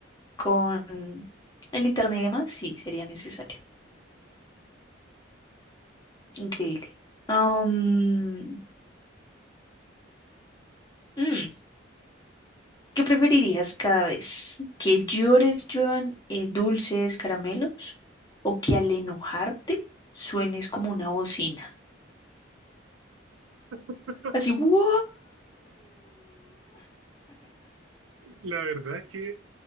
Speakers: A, on the left (about 20°); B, on the right (about 80°).
A: con el internet y demás, sí, sería necesario. Increíble. Am, mm, ¿qué preferirías cada vez? ¿Que llores, lluevan eh, dulces, caramelos? ¿O que al enojarte suenes como una bocina?
B: <laughs>
A: Así, ¡wow!
B: La verdad es que,